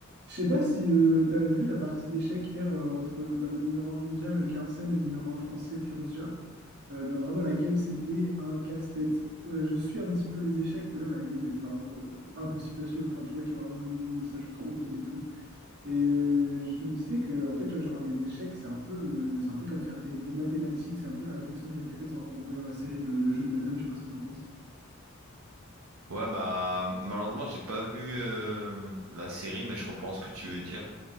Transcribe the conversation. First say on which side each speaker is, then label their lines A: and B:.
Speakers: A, on the right; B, on the right.
A: Je sais pas si tu as vu la partie d'échecs hier euh, entre bah, le numéro un mondial euh, Carlsen et le numéro un français Firouz Jah. Euh, mais vraiment, la game, c'était un casse-tête. Euh, je suis un petit peu les échecs, mais là, la game était vraiment euh, impossible à suivre. Enfin, tu vois qu'il y a vraiment un niveau, ça joue trop vite et tout. Et euh, je me disais que, en fait, tu vois, genre, les échecs, c'est un peu, euh, c'est un peu comme faire des, des mathématiques. C'est un peu la réflexion que je m'étais faite en, en voyant la série le, le jeu de la dame. Je sais pas ce que t'en penses.
B: Ouais, bah malheureusement, j'ai pas vu euh, la série, mais je comprends ce que tu veux dire.